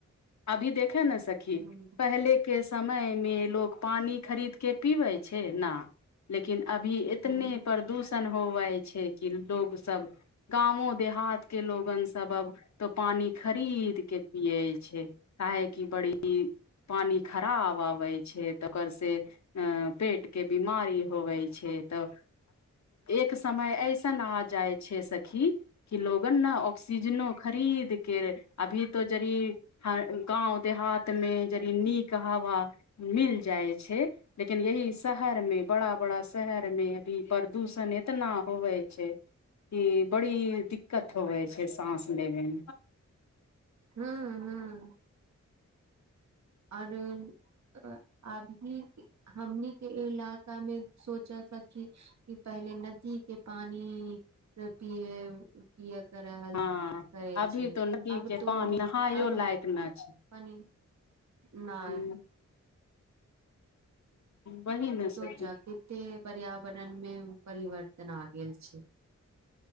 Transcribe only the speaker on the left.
अभी देखे ने सखी
पहले के समय मे लोग पानी खरीद के पीबै छै ना लेकिन अभी एतने
प्रदूषण होवय छै कि लोग सब गाँवो देहात के लोगन सब अब तो पानी खरीद के पियै छै काहेकि बड़ी पानी खराब आबै छै तकर से अ पेट के बीमारी होवै छै तऽ एक समय ऐ सन आ जाइ छै सखी कि लोक न ऑक्सीजनो खरीद के अभी तो जरी ह गाँव देहात मे जदी नीक हवा मिल जाइ छै लेकिन यही शहर मे बड़ा बड़ा शहर मे अभी प्रदूषण एतना होवे छै कि बड़ी दिक्कत होवे छै साँस लेबे मे
हँ
अभी
तो नदी
के
पानी नहायो
लायक न छै
ह वही ने सखी